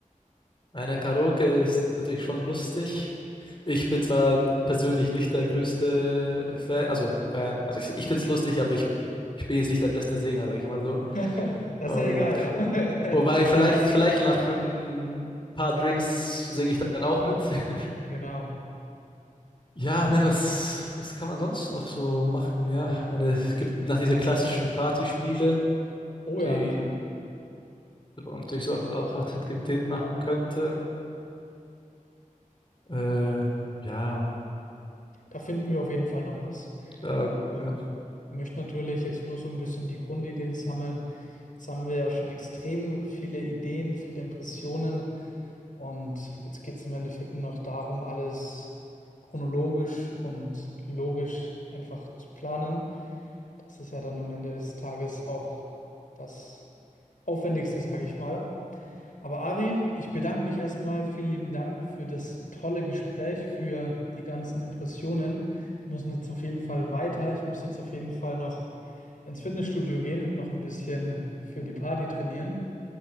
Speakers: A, on the left; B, on the left.
A: Einer Karaoke ist natürlich schon lustig. Ich bin zwar persönlich nicht der größte Fan, also Fan, also ich, ich find's lustig, aber ich, ich bin jetzt nicht der beste Sänger, sag ich mal so.
B: <laughs> Das
A: Und,
B: ist ja egal. <laughs>
A: wobei, vielleicht, vielleicht nach ein paar Drinks singe ich dann auch mit. <laughs>
B: Genau.
A: Ja, ich meine, was, was kann man sonst noch so machen? Ja, ich meine, es gibt nach diese klassischen Partyspiele,
B: Oh ja,
A: die man natürlich so auch, auch als Aktivität machen könnte. Äh, ja,
B: da finden wir auf jeden Fall noch was.
A: da, ja.
B: So. Ich möchte natürlich jetzt nur so ein bisschen die Grundideen sammeln. Jetzt haben wir ja schon extrem viele Ideen, viele Impressionen. Und jetzt geht es im Endeffekt nur noch darum, alles chronologisch und logisch einfach zu planen. Das ist ja dann am Ende des Tages auch das Aufwendigste, sage ich mal. Aber Ari, ich bedanke mich erstmal. Vielen lieben Dank für das tolle Gespräch, für die ganzen Impressionen. Ich muss jetzt auf jeden Fall weiter. Ich muss jetzt auf jeden Fall noch ins Fitnessstudio gehen, noch ein bisschen für die Party trainieren.